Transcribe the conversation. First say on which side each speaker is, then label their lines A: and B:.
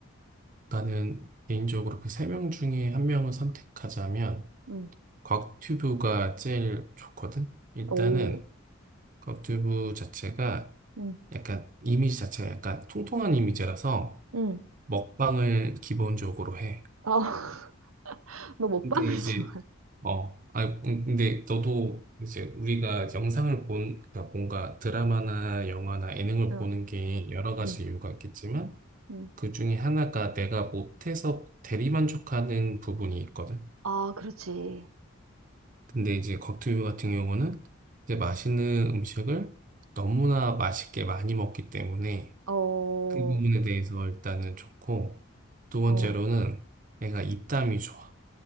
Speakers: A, on the right; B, on the right.
A: 나는 개인적으로 그 세 명 중에 한 명을 선택하자면,
B: 응.
A: 곽튜브가 제일 좋거든. 일단은
B: 오.
A: 곽튜브 자체가
B: 응.
A: 약간 이미지 자체가 약간 통통한 이미지라서,
B: 응.
A: 먹방을 기본적으로 해.
B: 어, <laughs> 너 먹방을
A: 근데 이제,
B: 좋아.
A: 어, 아 근데 너도 이제 우리가 영상을 본, 그러니까 뭔가 드라마나 영화나 예능을
B: 어,
A: 보는 게 여러 가지
B: 응.
A: 이유가 있겠지만,
B: 응.
A: 그 중에 하나가 내가 못해서 대리만족하는 부분이 있거든.
B: 아, 그렇지.
A: 근데 이제 곽튜브 같은 경우는 이제 맛있는 음식을 너무나 맛있게 많이 먹기 때문에
B: 어,
A: 그 부분에 대해서 일단은 좋고, 두 번째로는
B: 어,
A: 내가 입담이 좋아.